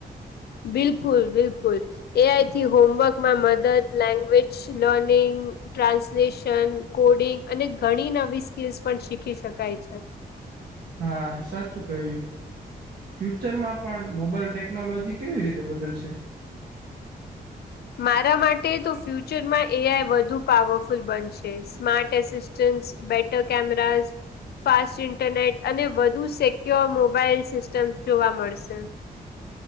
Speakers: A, on the left; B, on the right.
A: બિલકુલ, બિલકુલ. એઆઈથી હોમવર્ક માં મદદ લેંગ્વેજ લર્નિંગ, ટ્રાન્સલેશન કોડિંગ અને ઘણી નવી સ્કીલ્સ પણ શીખી શકાય છે,
B: હા સાચું ક્યું, ફ્યુચર માં પણ મોબાઈલ ટેકનોલોજી કેવી રીતે બદલશે, <inaudible>
A: મારા માટે તો ફ્યુચરમાં એઆઈ વધુ પાવરફુલ બનશે smart assistants better cameras, fast internet અને વધુ સક્યોર મોબાઈલ સિસ્ટમ જોવા મળશે,